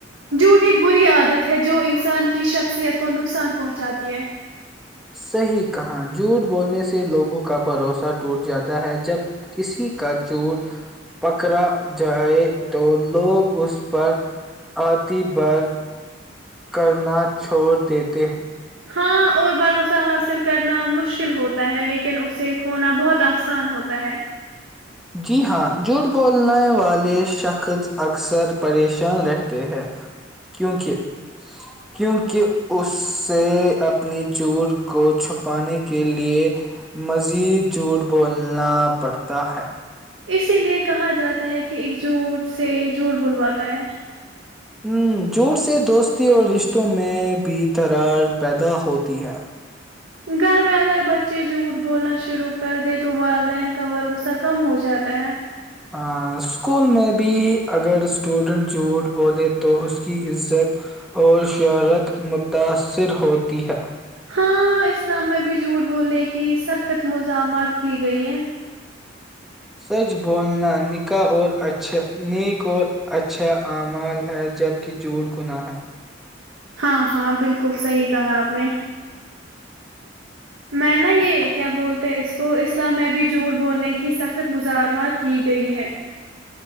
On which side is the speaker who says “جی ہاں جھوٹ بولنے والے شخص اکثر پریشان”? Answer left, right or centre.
Centre